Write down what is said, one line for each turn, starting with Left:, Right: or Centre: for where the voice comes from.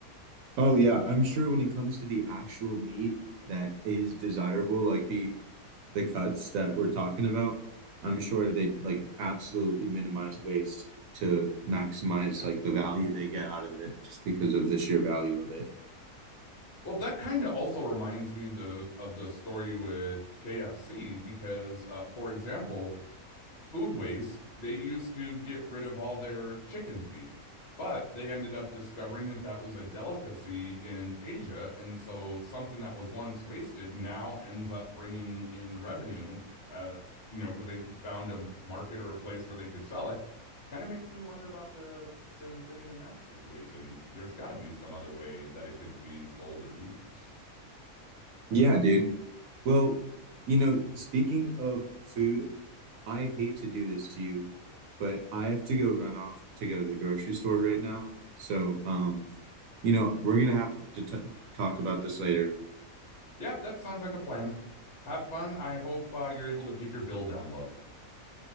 Right: Oh yeah, I'm sure when it comes to the actual meat that is desirable, like the the cuts that we're talking about, I'm sure they like absolutely minimize waste to maximize
Left: Yeah.
Right: like the value they get out of it just because of the sheer value of it.
Left: Well, that kind of also reminds me the of the story with KFC because, uh, for example, food waste, they used to get rid of all their chicken feet. But they ended up discovering that that was a delicacy in Asia. And so something that was once wasted now ends up bringing in revenue, uh, you know, because they found a market or a place where they could sell it. Kind of makes me wonder about the same thing in that situation. There's got to be some other way that it could be sold or used.
Right: Yeah, dude. Well, you know, speaking of food, I hate to do this to you, but I have to go run off to go to the grocery store right now. So, um, you know, we're gonna have to t talk about this later.
Left: Yeah, that sounds like a plan. Have fun. I hope uh, you're able to keep your bill down low.